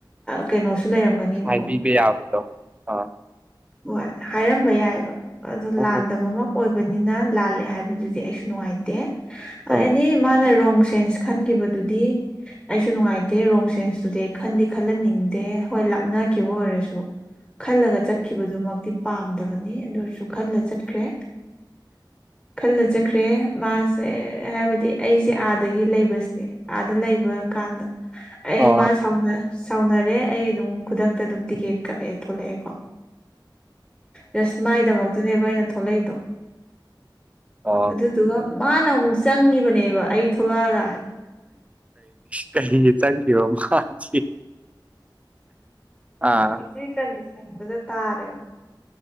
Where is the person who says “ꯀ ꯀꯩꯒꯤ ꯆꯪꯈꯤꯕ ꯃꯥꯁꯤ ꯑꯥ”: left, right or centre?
Right